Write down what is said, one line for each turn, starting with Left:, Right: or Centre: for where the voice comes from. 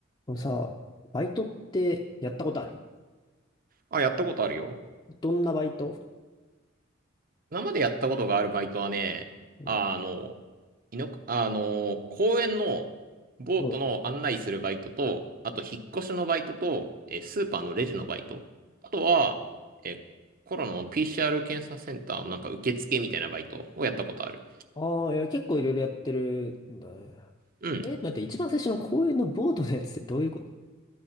Left: あのさ、バイトってやったことある
Right: あ、やったことあるよ。
Left: どんなバイト
Right: 今までやったことがあるバイトはね、
Left: うん。
Right: あの、いの、あの、公園のボートの案内するバイトと、
Left: うん
Right: あと引っ越しのバイトと、えースーパーのレジのバイト。あとは、えーコロナの PCR 検査センターのなんか受付みたいなバイトをやったことある。
Left: ああー、いや、結構いろいろやってるんだね。
Right: うん。
Left: え、待って、一番最初の公園のボートのやつってどういうこと